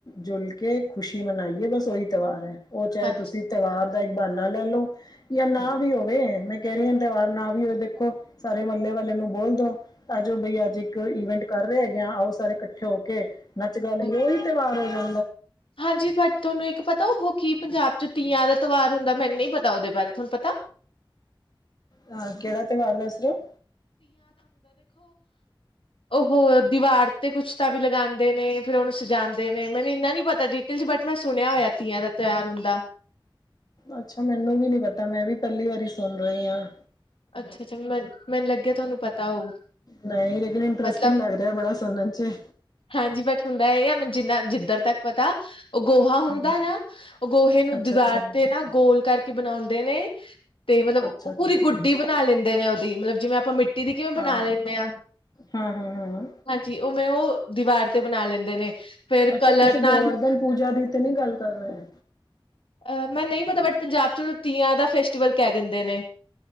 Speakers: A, on the left (about 45°); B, on the left (about 80°).
A: ਜੁਲ ਕੇ ਖੁਸ਼ੀ ਮਨਾਈਏ ਬਸ ਓਹੀ ਤਿਹਾਰ ਅ ਓ ਚਾਹੇ
B: ਹਾਂਜੀ
A: ਤੁਸੀਂ ਤਿਉਹਾਰ ਦਾ ਇੱਕ ਬਾਨਾ ਲੈ ਲਓ ਜਾਂ ਨਾ
B: ਹਾਂਜੀ
A: ਵੀ ਹੋਵੇ ਮੈਂ ਕੈ ਰੀ ਆ ਤਿਉਹਾਰ ਨਾ ਵੀ ਹੋਏ ਦੇਖੋ ਸਾਰੇ ਮਹੱਲੇ ਵਾਲੇ ਨੂੰ ਬੋਲ ਦੋ ਆ ਜੋਓ ਬਈ ਅੱਜ ਇੱਕ ਈਵੈਂਟ ਕਰ ਰੇ ਹੈਗੇ ਆ ਆਓ ਸਾਰੇ ਇਕੱਠੇ ਹੋ ਕੇ ਨੱਚ ਗਾ ਲਈਏ
B: ਹਾਂਜੀ
A: ਓਹੀ ਤਿਉਹਾਰ ਹੋ ਜਾਂ
B: ਹਾਂਜੀ ਬਟ ਥੋਨੂੰ ਇੱਕ ਪਤਾ ਓ ਕੀ ਪੰਜਾਬ ਚ ਤੀਆਂ ਦਾ ਤਿਉਹਾਰ ਹੁੰਦਾ ਮੈਨੂੰ ਨੀ ਪਤਾ ਓਦੇ ਬਾਰੇ ਤੁਹਾਨੂੰ ਪਤਾ?
A: ਹਾਂ ਕਿਹੜਾ ਤਿਉਹਾਰ ਦੱਸਰੇ ਓ
B: ਓਹ ਦੀਵਾਰ ਤੇ ਕੁੱਛ ਤਾਂ ਵੀ ਲਗਾਂਦੇ ਨੇ ਫੇਰ ਓਨੂੰ ਸਜਾਂਦੇ ਨੇ ਮੈਨੂੰ ਇੰਨਾ ਨੀ ਪਤਾ ਜੀ <unintelligible> ਬਟ ਮੈਂ ਸੁਣਿਆ ਹੋਇਆ ਤੀਆਂ ਦਾ ਤਿਉਹਰ ਹੁੰਦਾ
A: ਅੱਛਾ ਮੈਨੂੰ ਵੀ ਨਹੀਂ ਪਤਾ ਮੈਂ ਵੀ ਪਹਿਲੀ ਵਾਰੀ ਸੁਣ ਰਹੀ ਆਂ।
B: ਅੱਛਾ-ਅੱਛਾ ਮ ਮੈਨੂੰ ਲੱਗਿਆ ਤੁਹਾਨੂੰ ਪਤਾ ਹੋਊ
A: ਨਹੀਂ ਲੇਕਿਨ ਇੰਟਰਸਟਿੰਗ
B: ਮਤਲਬ
A: ਲੱਗ ਰਿਆ ਬੜਾ ਸੁਣਨ ਚ
B: ਹਾਂਜੀ ਬਟ ਹੁੰਦਾ ਏ ਆ ਮੈ ਜਿੰਨਾ ਜਿੱਧਰ ਤੱਕ ਪਤਾ ਓ ਗੋਹਾ ਹੁੰਦਾ
A: ਹਮ,
B: ਨਾ ਓ ਗੋਹੇ ਨੂੰ
A: ਅੱਛਾ
B: ਦੀਵਾਰ
A: ਅੱਛਾ
B: ਤੇ ਨਾ ਗੋਲ ਕਰਕੇ ਬਣਾਉਂਦੇ ਨੇ ਤੇ ਮਤਲਬ ਓ
A: ਅੱਛਾ
B: ਪੂਰੀ
A: ਜੀ
B: ਗੁੱਡੀ ਬਣਾ ਲੈਂਦੇ ਨੇ ਓਦੀ ਮਤਲਬ ਜਿਵੇਂ ਆਪਾਂ ਮਿੱਟੀ ਦੀ ਕਿਵੇਂ
A: ਹਾਂ
B: ਬਣਾ ਲੈਂਨੇ ਆ।
A: ਹਾਂ। ਹਾਂ
B: ਹਾਂਜੀ ਉਵੇਂ ਓ ਦੀਵਾਰ ਤੇ ਬਣਾ ਲੈਂਦੇ ਨੇ। ਫਿਰ
A: ਅੱਛਾ
B: ਕਲਰ
A: ਤੁਸੀਂ ਗੋਵਰਧਨ
B: ਨਾਲ
A: ਪੂਜਾ ਦੀ ਤੇ ਨਹੀਂ ਗੱਲ ਕਰ ਰਹੇ
B: ਅਹ ਮੈਂ ਨਈ ਪਤਾ ਬਟ ਪੰਜਾਬ ਚ ਓਨੂੰ ਤੀਆਂ ਦਾ ਫੈਸਟੀਵਲ ਕੈ ਦਿੰਦੇ ਨੇ।